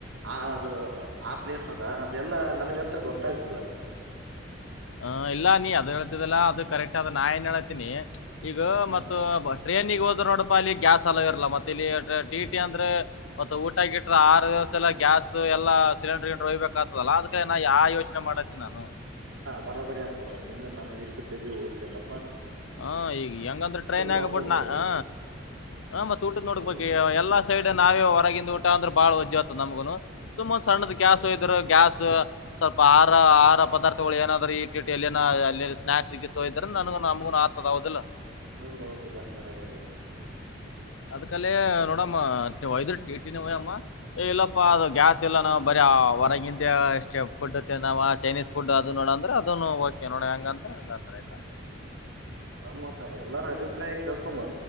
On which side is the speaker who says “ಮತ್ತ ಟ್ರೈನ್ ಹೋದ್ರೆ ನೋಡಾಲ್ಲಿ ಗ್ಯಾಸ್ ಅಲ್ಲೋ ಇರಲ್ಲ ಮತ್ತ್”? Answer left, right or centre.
Left